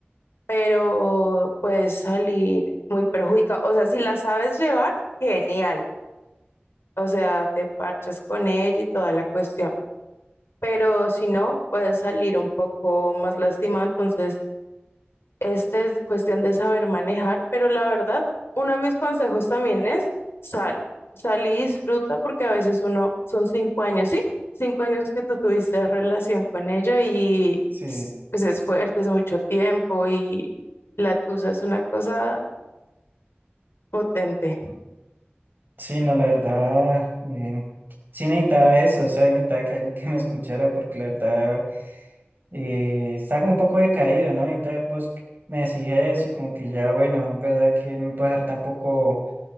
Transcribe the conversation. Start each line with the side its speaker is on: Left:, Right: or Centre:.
Left: pero puedes salir muy perjudicado. O sea, si la sabes llevar, genial. O sea, te parchas con ella y toda la cuestión. Pero si no, puedes salir un poco más lastimado. Entonces, Este es cuestión de saber manejar, pero la verdad, uno de mis consejos también es sal, sal y disfruta porque a veces uno son cinco años, ¿sí? Cinco años que tú tuviste relación con ella y
Right: Sí,
Left: pues pues, es fuerte, es mucho tiempo y la tusa es una cosa potente.
Right: sí, no, la verdad, eh, sí necesitaba eso, o sea, necesitaba que alguien que me escuchara porque la verdad... Eh, está como un poco decaído, ¿no? Ahorita vos me decís eso y como que ya, bueno, es verdad que no me puedo dejar tampoco